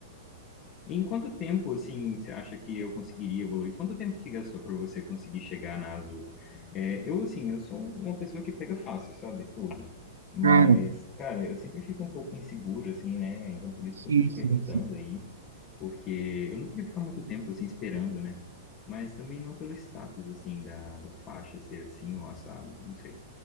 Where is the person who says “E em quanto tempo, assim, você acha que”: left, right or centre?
Left